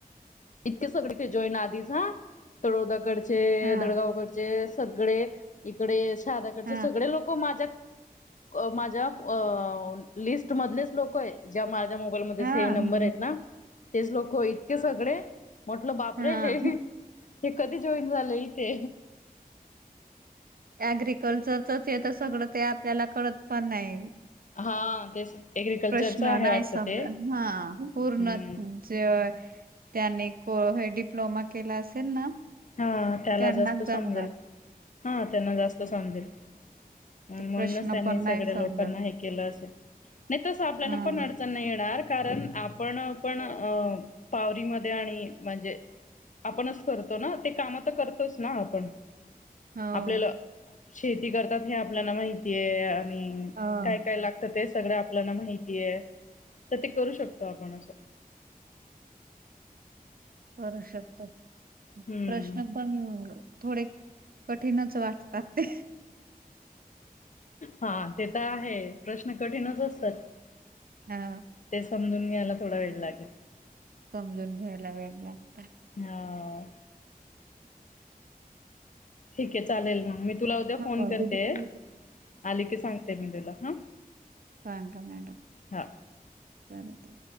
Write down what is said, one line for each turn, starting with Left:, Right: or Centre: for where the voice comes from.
Left: इतके सगळे ते जॉईन आधच तळोदाकडचे चे
Right: हां,
Left: दडगावकचे सगळे इकडे दाकडचे
Right: हां,
Left: सगळे लोक माझ्या माझ्या लिस्ट मधलेच लोकं हे ज्या मा मोबाईल मध्ये
Right: हां,
Left: सेव्ह नंबर आहेत ना तेच लोक इतके सगळे म्हटलं बापरे
Right: हां,
Left: ते कधी जॉईन झालं ते
Right: अग्रिकल्चरचच य तर सगळं ते आपल्याला कळत पण नाही
Left: हा तेच एग्रिकल्चरच
Right: प्रश्न
Left: आहे
Right: नाही
Left: वाटत
Right: समजा
Left: ते
Right: हा पूर्ण
Left: हम्म
Right: जे त्यांनी हे डिप्लोमा केला असेल ना
Left: हा त्याला
Right: त्यांनाच
Left: जास्त
Right: जमणार.
Left: समजेल हा त्यांना जास्त समजेल म्हणूनच
Right: ते प्रश्न
Left: त्यांनी
Right: पण
Left: सगळ्या
Right: नाही समजत
Left: लोकांना हे केलं असेल नाही तसं आपल्याला
Right: हा.
Left: पण अडचण नाही येणार कारण आपण पण अ पावररीमध्ये आणि म्हणजे आपणच करतो ना ते काम तर करतोच ना आपण
Right: होा
Left: आपल्याला शेती करतात हे आपल्याला माहितीय आणि
Right: हं.
Left: काय काय लागतात ते सगळं आपल्याला माहिती आहे तर ते करू शकतो आपण असं
Right: करू शकतो
Left: हम्म.
Right: प्रश्न पण थोडे कठीणच वाटतात ते
Left: हा ते तर आहे प्रश्न कठीणच असतात
Right: हा
Left: ते समजून ला थडा वेळ लागेल
Right: समजून घ्यायला वेळ लागत
Left: हा ठीक आहे चालेल मग मी तुला उद्या
Right: हो
Left: फोन करते
Right: हो
Left: आली की सांगते मी तुला हां
Right: सांग मॅडम
Left: हां
Right: चाल